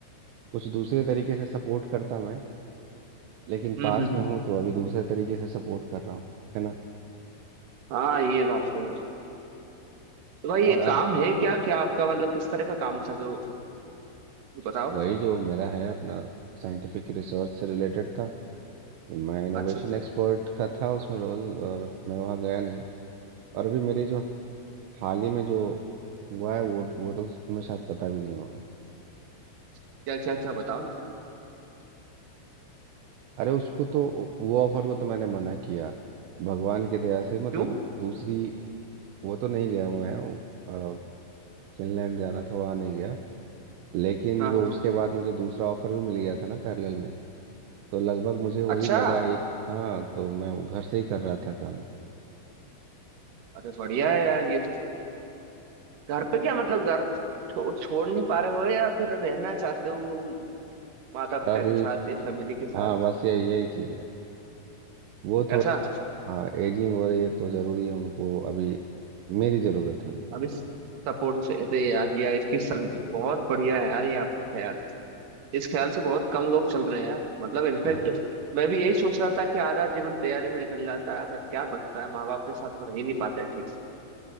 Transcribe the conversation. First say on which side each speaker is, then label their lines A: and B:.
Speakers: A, on the right; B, on the right.
A: कुछ दूसरे तरीके से सपोर्ट करता मैं लेकिन
B: हम्म
A: पास
B: हम्म हम्म।
A: में हूँ तो अभी दूसरे तरीके से सपोर्ट कर रहा हूँ है ना
B: हाँ ये बात तो है तो भाई
A: और
B: ये
A: अब
B: काम है क्या क्या आपका मतलब किस तरह का काम था जो बताओ
A: वही जो मेरा है अपना साइंटिफिक रिसर्च से रिलेटेड था मैं इनोवेशन
B: अच्छा अच्छा
A: एक्सपर्ट का था उसमें रोल और मैं वहाँ गया नहीं और अभी मेरी जो हाल ही में जो हुआ है वो वो तो तुम्हें शायद पता भी नहीं होगा
B: क्या क्या क्या बताओ ना
A: अरे उसको तो वो ऑफर को तो मैंने मना किया भगवान की दया से मतलब
B: क्यों
A: दूसरी वो तो नहीं गया हूँ मैं फिनलैंड जाना था वहाँ नहीं गया लेकिन
B: हाँ
A: जो
B: हाँ
A: उसके बाद मुझे दूसरा ऑफर भी मिल गया था ना पैरेलल में तो लगभग मुझे वही
B: अच्छा
A: लगा एक हाँ तो मैं वो घर से ही कर रहा था काम
B: अरे बढ़िया है यार ये तो बढ़िया है। घर पे क्या मतलब घर छो, छोड़ नहीं पा रहे हो या फिर रहना चाहते हो माता पिता
A: अभी
B: के साथ या फैमिली के साथ
A: हाँ बस ये यही चीज़ है वो
B: ऐसा
A: थोड़े हाँ एजिंग हो रही है तो ज़रूरी है उनको अभी मेरी ज़रूरत है उनको
B: अब इस सपोर्ट से अरे यार ये इसकी सं- बहुत बढ़िया है यार ये आपका ख्याल इस ख्याल से बहुत कम लोग चल रहे हैं यार मतलब इनफैक्ट
A: हाँ
B: मैं भी यही सोच रहा था कि आधा जीवन तैयारी में निकल जाता है पर क्या बचता है माँ बाप के साथ तो रह ही नहीं पाते ठीक से